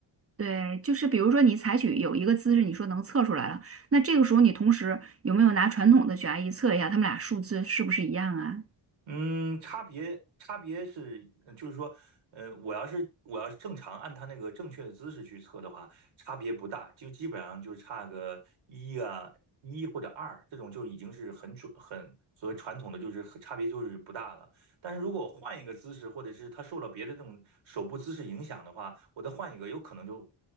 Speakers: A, on the right; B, on the right.
A: 对，就是比如说你采取有一个姿势，你说能测出来了，那这个时候你同时有没有拿传统的血压仪测一下，他们俩数字是不是一样啊？
B: 嗯，差别差别是，嗯就是说，呃，我要是我要是正常按他那个正确的姿势去测的话，差别不大，就基本上就差个一啊一或者二，这种就已经是很准很和传统的就是很差别就是不大了。但是如果我换一个姿势，或者是他受了别的这种手部姿势影响的话，我再换一个，有可能就